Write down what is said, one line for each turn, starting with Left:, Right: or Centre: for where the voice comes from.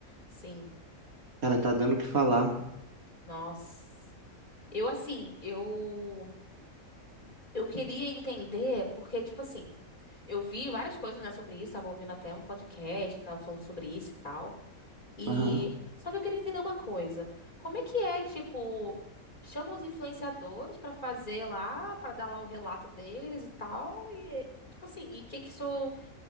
Left: Sim.
Right: Cara, tá dando o que falar.
Left: Nossa. Eu, assim, eu, eu queria entender, porque, tipo assim, eu vi várias coisas, né, sobre isso, tava ouvindo até um podcast, que tava falando sobre isso e tal. E
Right: Aham.
Left: só que eu queria entender uma coisa. Como é que é, tipo, chama os influenciadores pra fazer lá, pra dar lá o relato deles e tal, e é, tipo assim, e que que isso,